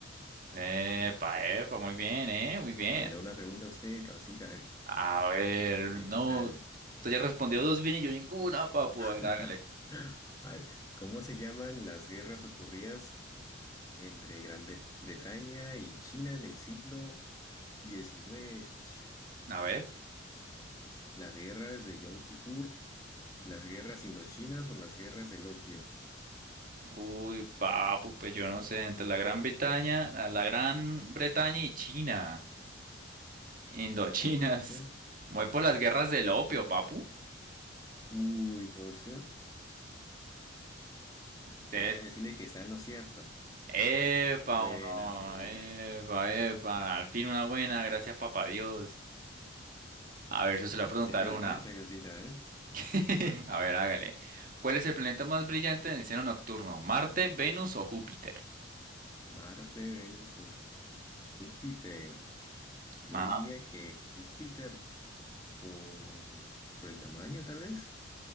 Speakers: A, on the right (about 45°); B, on the left (about 20°).
A: Epa, epa, muy bien, ¿eh? Muy bien.
B: Ahora yo le hago una pregunta a usted, cabecita, a ver,
A: A ver,
B: a ver
A: no,
B: qué tal.
A: usted ya respondió dos bien y yo ninguna, Papu.
B: <laughs>
A: A ver, hágale.
B: A ver, ¿cómo se llaman las guerras ocurridas entre Gran Bre- Bretaña y China en el siglo XIX, socio.
A: A ver.
B: Las guerras de Yom Kippur, las guerras indochinas o las guerras del opio.
A: Uy, papu, pues yo no sé, entre la Gran Bretaña, la la Gran Bretaña y China, Indochinas.
B: Quizás, socio.
A: <laughs> Voy por las guerras del opio, papu.
B: Uy, socio.
A: Entonces,
B: No dejan decirle que está en lo cierto.
A: epa,
B: Muy buena,
A: o no,
B: muy buena.
A: epa, epa, al fin una buena, gracias papá Dios. A ver, yo se le voy a preguntar
B: Así con
A: una.
B: la racha, casita, a ver.
A: <laughs> A ver, hágale. ¿Cuál es el planeta más brillante en el cielo nocturno? ¿Marte, Venus o Júpiter?
B: Marte, Venus o Júpiter. Yo
A: Ajá.
B: diría que Júpiter por, por el tamaño, tal vez.